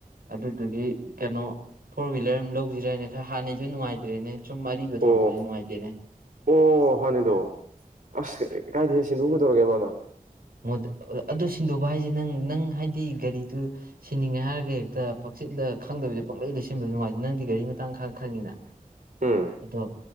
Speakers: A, on the right; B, on the right.
A: ꯑꯗꯨꯗꯨꯒꯤ ꯀꯩꯅꯣ ꯐꯣꯔ ꯍ꯭ꯋꯤꯂꯔ ꯑꯃ ꯂꯧꯁꯤꯔꯅꯦ ꯈꯔ ꯍꯥꯟꯅꯩꯁꯨ ꯅꯨꯡꯉꯥꯏꯇ꯭ꯔꯦꯅꯦ ꯁꯨꯝ ꯑꯔꯤꯕ
B: ꯑꯣ
A: ꯊꯧꯔꯛꯄꯁꯨ ꯅꯨꯡꯉꯥꯏꯇꯦꯅꯦ
B: ꯑꯣ ꯍꯅꯤꯗꯣ ꯑꯁ ꯀꯥꯏ ꯊ ꯁꯤꯡꯗꯨꯕꯨꯒꯤꯗꯧꯔꯒꯦꯃꯅ
A: ꯃ ꯑꯗꯨ ꯁꯤꯟꯗꯣꯛꯄ ꯍꯥꯏꯁꯦ ꯅꯪ ꯅꯪ ꯍꯥꯏꯗꯤ ꯒꯥꯔꯤꯗꯨ ꯁꯤꯟꯅꯤꯡꯉꯦ ꯍꯥꯏꯔꯒ ꯍꯦꯛꯇ ꯄꯛꯆꯤꯤꯟꯗ ꯈꯪꯗꯕꯁꯦ ꯄꯪꯂꯩ ꯂꯩꯁꯤꯟꯕꯗ ꯅꯨꯡꯉꯥꯏꯦ ꯅꯪꯗꯤ ꯒꯥꯔꯤ ꯃꯇꯥꯡ ꯈ ꯈꯪꯉꯤꯅ
B: ꯎꯝ
A: ꯑꯗꯣ